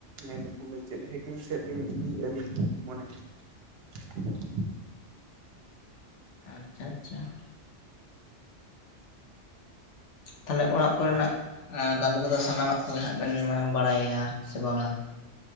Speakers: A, on the right (about 60°); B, on the left (about 80°).
A: ᱢᱮᱱᱠᱷᱟᱱ ᱫᱚ ᱪᱮᱫ ᱦᱮᱠᱤᱝ ᱥᱮᱫ ᱞᱤᱧ ᱤᱫᱤᱭᱮᱫᱼᱟ ᱞᱤᱧ <unintelligible> <inaudible>
B: ᱟᱪᱪᱷᱟ ᱟᱪᱪᱷᱟ ᱾ ᱛᱟᱦᱚᱞᱮ ᱚᱲᱟᱜ ᱠᱚᱨᱮᱱᱟᱜ
A: ᱟᱨ
B: ᱟᱸ ᱠᱟᱹᱢᱤ ᱠᱚᱫᱚ ᱥᱟᱱᱟᱢᱟᱜ ᱠᱚᱜᱮ ᱦᱟᱸᱜ ᱵᱮᱱ ᱵᱟᱲᱟᱭᱟ ᱥᱮ ᱵᱟᱝᱟ?